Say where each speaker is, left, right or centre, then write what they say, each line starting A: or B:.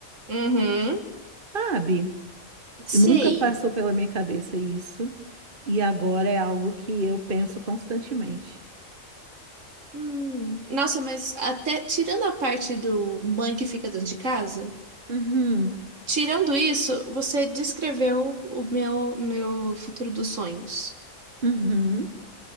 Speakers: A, on the right; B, on the right.
A: Uhum,
B: sabe?
A: sei.
B: Nunca passou pela minha cabeça isso, e agora é algo que eu penso constantemente.
A: Hum. Nossa, mas até tirando a parte do mãe que fica dentro de casa,
B: Uhum,
A: tirando isso, você descreveu o meu, meu futuro dos sonhos.
B: uhum,